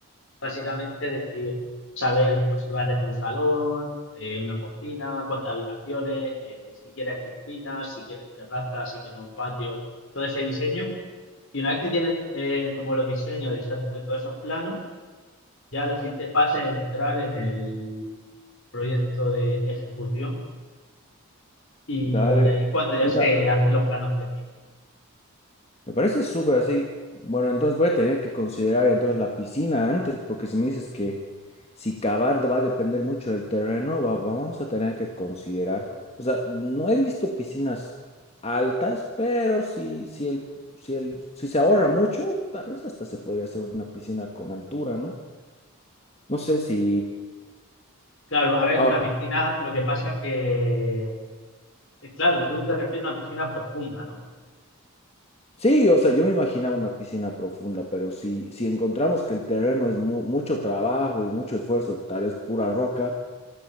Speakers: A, on the left; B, on the left.
A: básicamente decir, saber pues si va a tener un salón, eh, una cocina, cuántas habitaciones, eh, si quieres piscina, si quieres terraza, si quieres un patio, todo ese diseño. Y una vez que tienes eh, como los diseños de, esa- de todos esos planos, ya la siguiente fase es entrar en el proyecto de ejecución y
B: Dale.
A: ahí es cuando ya
B: Mira,
A: se hacen los planos técnicos.
B: Me parece súper así. Bueno, entonces voy a tener que considerar entonces la piscina antes, porque si me dices que si cavar va a depender mucho del terreno, va- vamos a tener que considerar. O sea, no he visto piscinas altas, pero si, si el, si el, si se ahorra mucho, tal vez hasta se podría hacer una piscina con altura, ¿no? No sé si...
A: Claro, a ver,
B: Ahora,
A: una piscina, lo que pasa que, eh, claro, tú te refieres a una piscina profunda, ¿no?
B: sí, o sea, yo me imaginaba una piscina profunda, pero si, si encontramos que el terreno es mu- mucho trabajo y mucho esfuerzo, tal vez pura roca.